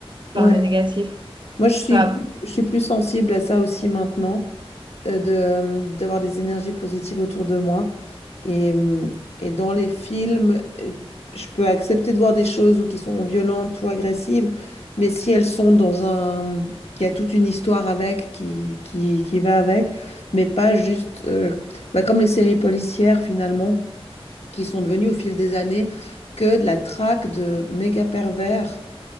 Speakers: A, on the right (about 50°); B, on the left (about 80°).
A: par
B: ouais.
A: le négatif.
B: Moi, je suis,
A: Enfin,
B: plus- je suis plus sensible à ça aussi maintenant. euh, de, euh, d'avoir des énergies positives autour de moi. Et, euh, et dans les films, euh, je peux accepter de voir des choses ou qui sont violentes ou agressives, mais si elles sont dans un... qu'il y a toute une histoire avec, qui, qui, qui va avec, mais pas juste... euh, bah, comme les séries policières, finalement, qui sont devenues au fil des années que de la traque de méga pervers